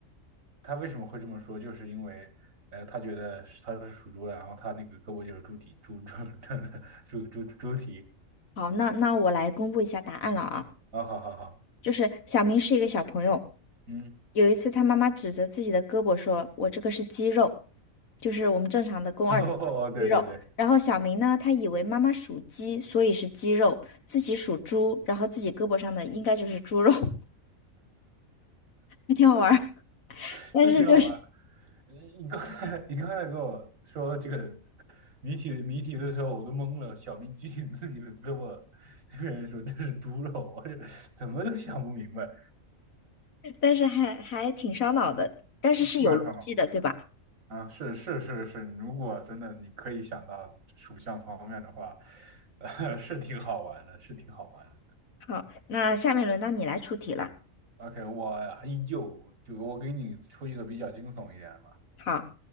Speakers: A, on the right; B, on the left.
A: 他为什么会这么说？就是因为，呃，他觉得他是属猪的，然后他那个胳膊就是猪蹄，猪猪猪猪猪猪蹄。
B: 好，那那我来公布一下答案了啊，
A: 啊、哦好好好，
B: 就是小明是一个小朋友，
A: 嗯，
B: 有一次他妈妈指着自己的胳膊说：“我这个是肌肉，就是我们正常的肱二头肌肉。”然后小明呢，
A: <laughs> 哦，对对对，
B: 他以为妈妈属鸡，所以是鸡肉；自己属猪，然后自己胳膊上的应该就是猪肉，<laughs> 还挺好玩儿。
A: <laughs>
B: 但是就是，
A: 这挺好玩。你刚才你刚才跟我说这个谜题谜题的时候我都懵了，小明举起自己的胳膊，这个人说这是猪肉，我这怎么都想不明白，
B: 但是还还挺烧脑的，但是是有逻辑的，
A: 是蛮上脑的
B: 对吧？
A: 啊，是是是是，如果真的你可以想到属相方面的话，呃，是挺好玩的，是挺好玩的。
B: 好，那下面轮到你来出题了。
A: OK，我依旧就我给你出一个比较惊悚一点的吧。
B: 好，